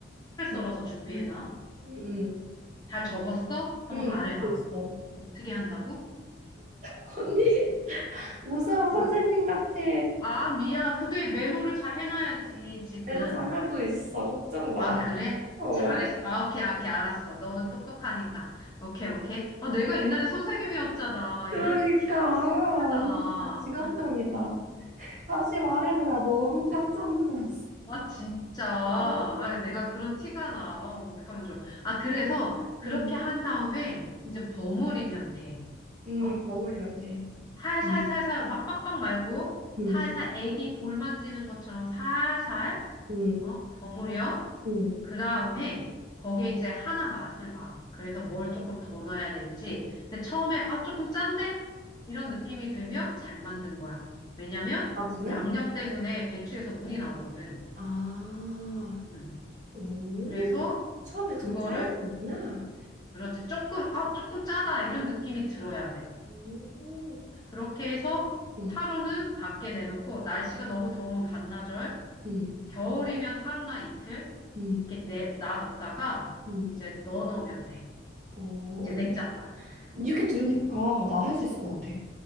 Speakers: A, on the left (about 20°); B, on the right (about 40°).
A: 잘 썰어서
B: 음,
A: 준비해놔.
B: 음, 음, 음,
A: 잘 적었어? 한번
B: 음,
A: 말해봐.
B: 듣고 있어.
A: 뭐 어떻게 한다고?
B: 언니, <laughs>
A: 어,
B: 무서워,
A: 뭐,
B: 선생님 같아.
A: 아, 미안. 근데 메모를 잘 해놔야지, 지금.
B: 너무 잘하고 있어, 걱정 마.
A: 아, 그래?
B: 어,
A: 잘했어. 아, 오케이, 오케이, 알았어. 너는 똑똑하니까. 오케이, 오케이. 아, 내가 옛날에 선생님이었잖아.
B: 그러니까,
A: 이럴 티가 막 티가
B: 아,
A: 나.
B: 언니 진짜 직업병이다. 다시 말해봐라, 너무 깜짝 놀랐어.
A: 아, 진짜. 아,
B: <laughs> 너무,
A: 내가 그런 티가 나. 어, 어떡하면 좋아. 아, 그래서 그렇게
B: 음,
A: 한 다음에
B: 음,
A: 이제 버무리면 돼.
B: 음,
A: 어?
B: 버무리면 돼.
A: 살살살살,
B: 음,
A: 막 빡빡 말고,
B: 음,
A: 살살 애기 볼 만지는 것처럼 살살,
B: 음.
A: 어? 버무려.
B: 음.
A: 그 다음에 거기에 이제 하나 맛을 봐. 그래서 뭘 조금 더 넣어야 될지. 근데 처음에, 아, 조금 짠데? 이런 느낌이 들면 잘 만든 거야. 왜냐면
B: 아, 그래?
A: 양념 때문에 배추에서 물이 나오거든.
B: 아,
A: 음.
B: 오,
A: 그래서
B: 처음에
A: 그거를
B: 좀 짜야 되는구나.
A: 그렇지 조금 아 조금 짜다 이런 느낌이 들어야 돼.
B: 음,
A: 그렇게 해서
B: 음,
A: 하루는 밖에 내놓고 날씨가 너무 더우면 반나절,
B: 음,
A: 겨울이면 하루나 이틀
B: 음,
A: 이렇게 내 놔뒀다가
B: 음.
A: 이제 넣어놓으면 돼.
B: 어,
A: 이제
B: 언-
A: 냉장고 안에.
B: 이렇게 들으니까 나 할 수 있을 것 같아.